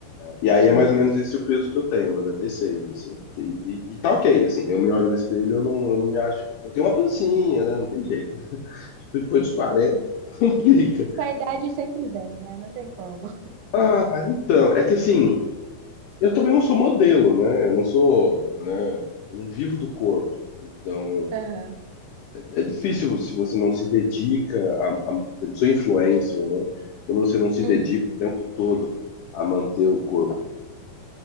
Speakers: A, on the left (about 75°); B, on the right (about 80°).
A: E
B: Gente.
A: aí é mais ou menos esse o peso que eu tenho, 96, assim. E, e, e tá ok, assim, eu me olho no espelho, eu não, eu não me acho. Eu tenho uma pancinha, né? Não tem jeito. Depois dos 40 <laughs> complica.
B: Com a idade sempre vem, né? Não tem como.
A: Ah, então, é que assim, eu também não sou modelo, né? Eu não sou, né? Eu não vivo do corpo. Então,
B: Aham.
A: é difícil se você não se dedica a, a manter, Não sou influencer, né? Quando você não se dedica
B: Uhum.
A: o tempo todo a manter o corpo